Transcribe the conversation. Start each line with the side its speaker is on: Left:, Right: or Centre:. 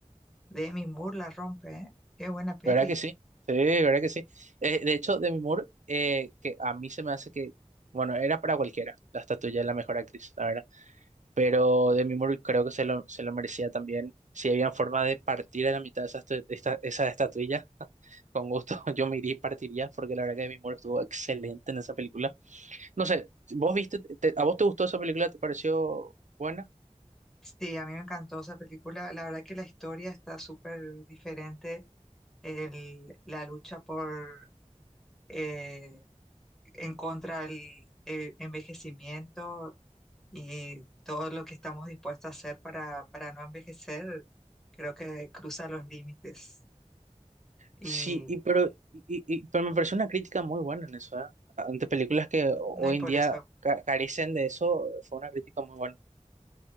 Centre: Demi Moore la rompe, ¿eh? Qué buena peli.
Right: ¿Verdad que sí? Sí, ¿verdad que sí? Eh, de hecho, Demi Moore, eh, que a mí se me hace que, bueno, era para cualquiera la estatuilla de la mejor actriz, la verdad. pero Demi Moore creo que se lo, se lo merecía también. Si había forma de partir a la mitad esa, estu- esta, esa estatuilla, <laughs> con gusto <laughs> yo me iría y partiría, porque la verdad que Demi Moore estuvo excelente en esa película. No sé, ¿vos viste, te- a vos te gustó esa película? ¿Te pareció buena?
Centre: Sí, a mí me encantó esa película. La verdad que la historia está súper diferente el- la lucha por eh, en contra del eh, envejecimiento y todo lo que estamos dispuestos a hacer para, para no envejecer, creo que cruza los límites. Y
Right: Sí, y, pero, y, y- pero me pareció una crítica muy buena en eso, ¿eh? Ante películas que hoy
Centre: no, y por
Right: en día
Centre: eso,
Right: ca- carecen de eso, fue una crítica muy buena.